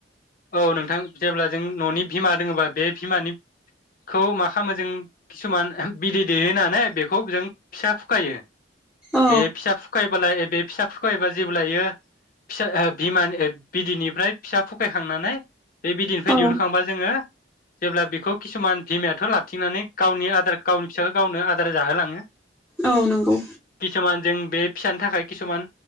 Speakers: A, on the left (about 50°); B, in the centre.
A: औ नोंथां जेब्ला जों ननि भिमा दोङोबा बे भिमानिखौ मा खालामो जों किसुमान बिदै दैेयो होननानै बेखौ जों फिसा फुखायो।
B: औ
A: बे फिसा फुखायोबालाय ए बे। फिसा फुखायोबा जेबो लायो। फिसा बिमानि बिदिनिफ्राय फिसा फुखायखांनानै बे बिदिनिफ्राय
B: औ
A: दिहुनखांबा जोङो जेब्ला बेखौ किसुमान बिमायाथ लाथिंनानै गावनि आदार गावनि फिसाखौ गावनो आदार जाहोलाङो।
B: औ नंगौ
A: किसुमान जों बे फिसानि थाखाय किसुमान